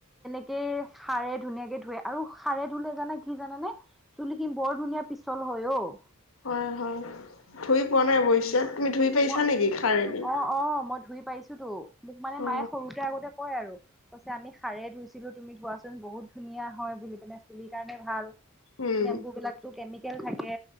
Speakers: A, in the centre; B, on the left.
A: এ খাৰে ধুনীয়াকে ধুুৱে আৰু খাৰে ধুলে জানা কি জানানে চুলি খিনি বৰ ধুনীয়া পিছল হয় অও
B: হয় হয় ধুই পোৱা নাই মই পিছে, তুমি ধুই পাইছা
A: মই
B: নেকি খাৰেদি
A: অ', অ মই ধুই পাইছো তো মোক মানে
B: অ
A: মায়ে সৰুতে আগতে কয় আৰু কৈছে আমি খাৰে ধুইছিলো তুমি ধোৱাচোন বহুত ধুনীয়া হয় বুলি পিনে চুলিৰ কাৰণে ভাল
B: উম
A: চেম্বুবিলাকতো কেমিকেল থাকে